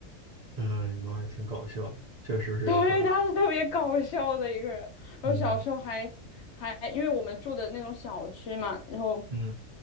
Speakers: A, on the right; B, on the left.
A: 呃，你妈还挺搞笑的确实是有可能。
B: <laughs> 对，他是特别搞笑的一个人。然后小时候还还因为我们住的那种小区嘛，
A: 嗯
B: 然后
A: 嗯